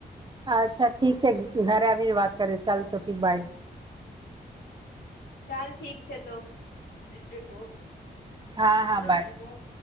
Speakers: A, on the right; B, on the left.
A: અચ્છા ઠીક છે ઘરે આવીને વાત કરે ચાલ તો ઠીક ભાઈ.
B: ચાલ ઠીક છે તોઠક છે તો
A: હા હા
B: રત્ન
A: બાય
B: કોણ